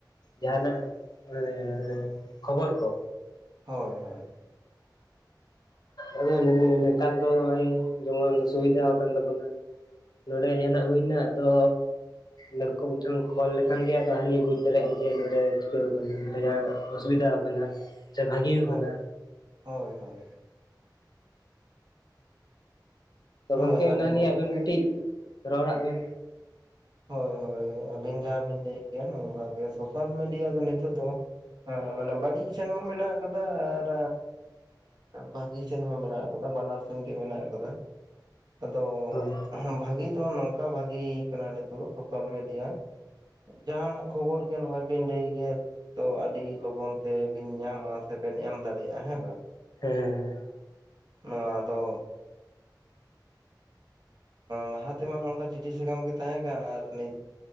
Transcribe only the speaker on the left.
ᱡᱟᱦᱟᱱᱟᱜ ᱢᱟᱱᱮ ᱠᱷᱚᱵᱚᱨ ᱠᱚ᱾
ᱟ <unintelligible> ᱱᱮᱛᱟᱨ ᱫᱚ ᱱᱚᱜᱭ ᱡᱮᱢᱚᱱ ᱥᱩᱵᱤᱫᱷᱟ ᱠᱟᱱ ᱛᱟᱵᱚᱱᱟ᱾ ᱱᱚᱸᱰᱮ ᱡᱟᱦᱟᱱᱟᱜ ᱦᱩᱭᱱᱟ ᱟᱫᱚ ᱱᱠᱩ ᱢᱤᱫᱴᱮᱱ ᱠᱚᱞ ᱞᱮᱠᱷᱟᱱ ᱜᱮ ᱟᱫᱚ ᱦᱟᱹᱱᱤᱭ ᱵᱩᱡ ᱫᱟᱲᱮᱭᱟᱜᱼᱟ ᱡᱮ ᱱᱚᱸᱰᱮ ᱪᱤᱠᱟᱹᱣ ᱠᱟᱱᱟ ᱱᱚᱸᱰᱮ ᱡᱟᱦᱟᱸ ᱚᱥᱩᱵᱤᱫᱟ ᱚᱱᱟ ᱥᱮ ᱵᱷᱟᱜᱤᱣ
ᱠᱟᱱᱟ᱾
ᱛᱚ
ᱜᱚᱢᱠᱮ
ᱚᱱᱟ ᱱᱤᱭᱮ
ᱟᱵᱮᱱ ᱠᱟᱹᱴᱤᱡ ᱨᱚᱲᱟᱜ ᱵᱮᱱ᱾
ᱦᱳᱭ
ᱦᱮᱸ ᱦᱮᱸ᱾